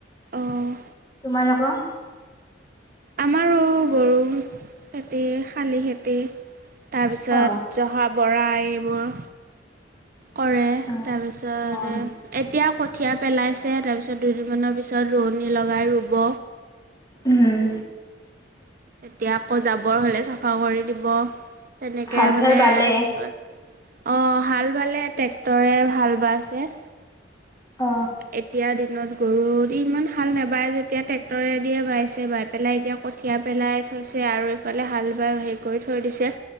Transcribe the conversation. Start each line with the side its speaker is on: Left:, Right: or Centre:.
Right: অঁ
Left: তোমালোকৰ।
Right: আমাৰো বড়ো খেতি শালি খেতি তাৰপিছত
Left: অ
Right: জহা বৰা এইবোৰ কৰে
Left: অ
Right: তাৰপিছত
Left: অ
Right: এতিয়া কঠিয়া পেলাইছে তাৰপিছত দুদিনমানৰ পিছত ৰুৱনী লগাই ৰুব
Left: উম
Right: তেতিয়া আকৌ জাবৰ হ'লে চাফা কৰি দিব তেনেকে
Left: হাল চাল
Right: মানে
Left: বালে
Right: হেৰি কৰে অ হাল বালে ট্ৰেক্টৰে হাল বাইছে
Left: অ
Right: এতিয়া দিনত গৰু দি ইমান হাল নাবাই যেতিয়া ট্ৰেক্টৰে দিয়ে বাইছে বাই পেলাই এতিয়া কঠ কঠিয়া পেলাই থৈছে আৰু ইফালে হাল বাই হেৰি কৰি থৈ দিছে